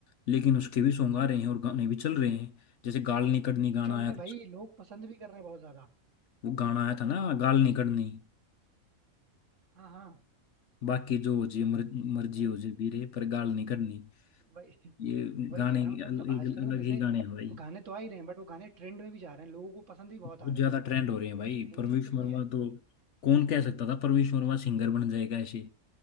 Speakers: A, on the left (about 65°); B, on the right (about 60°).
A: लेकिन उसके भी सॉन्ग आ रहे हैं और गाने भी चल रहे हैं जैसे गाल निकड़नी गाना
B: चल
A: आया
B: रहे हैं
A: था
B: भाई लोग पसंद भी कर रहे हैं बहुत ज्यादा
A: वो गाना आया था ना गाल निकड़नी
B: हाँ हाँ
A: बाकी जो हो जी मर, मर्जी
B: वही
A: हो जी वीरे पर गाल नहीं करनी
B: वही
A: ये
B: वही
A: गाने
B: कह रहा हूँ कि मतलब
A: अल-
B: आजकल
A: एक अलग
B: ना जैसे
A: ही गाने हैं भाई
B: वो गाने तो आ ही रहे हैं बट वो गाने ट्रेंड में भी जा रहे हैं लोगों को पसंद भी बहुत
A: बहुत
B: आ रहे
A: ज्यादा
B: हैं
A: ट्रेंड हो रहे हैं भाई
B: मेन
A: परवेश
B: चीज तो ये
A: वर्मा
B: है
A: तो कौन कह सकता था परवेश वर्मा सिंगर बन जाएगा ऐसे